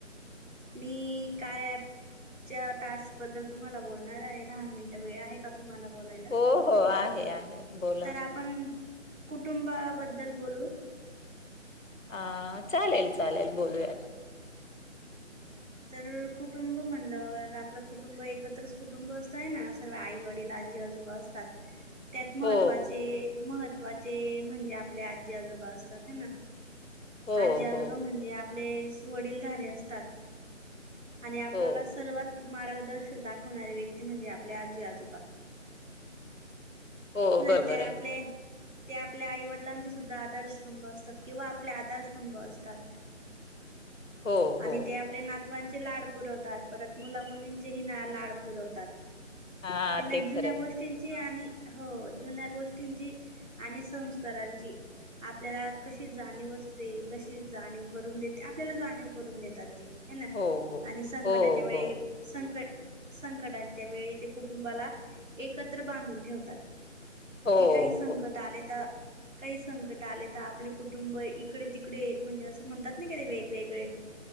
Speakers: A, on the right; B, on the left.
A: मी कार्य अँप च्या टास्क बद्दल तुम्हाला बोलणार आहे दहा मिनिट वेळ आहे का तुम्हाला बोलायला.
B: हो हो आहे आहे. बोला
A: तर आपण कुटुंबाबद्दल बोलू.
B: ह चालेल चालेल बोलूयात.
A: तर कुटुंब म्हणलं आपलं कुटुंब एकत्रच कुटुंब असतंय ना सर्व आई वडील आज जी आजोबा असतात. त्यात महत्त्वाचे
B: हो
A: महत्त्वाचे म्हणजे, आपले आजी आजोबा असतात हेना
B: हो
A: आजी आजोबा
B: हो
A: म्हणजे आपले वडीलधारे असतात. आणि आपल्याला
B: हो
A: सर्वात मार्गदर्शक दाखवणारी व्यक्ती म्हणजे आपले आजी आजोबा.
B: हो
A: नाय
B: बरोबर
A: ते आपले
B: आहे
A: ते आपल्या आई वडिलांचे सुद्धा आधारस्तंभ असतात किंवा, आपले आधारस्तंभ असतात.
B: हो हो
A: आणि त्या आपले नातवांचे लाड पुरवतात परत मुला मुलींचेही ना लाड पुरवतात.
B: हा
A: त्यांना
B: ते खरं
A: जुन्या
B: आहे
A: गोष्टींची, आणि हो जुन्या गोष्टींची आणि संस्कारांची आपल्याला कशी जाणीव असते कशी जाणीव करून देते आपल्याला जाणीव करून देतात ते. हेना
B: हो हो
A: आणि संकटाच्या
B: हो
A: वेळी
B: हो
A: संकट संकटांच्या वेळी ते कुटुंबाला एकत्र बांधून ठेवत. तात
B: हो
A: की काही संकट
B: हो
A: आले त काही संकट आले तर आपले कुटुंब इकडे तिकडे म्हणजे असं म्हणतात ना का ते वेगवेगळे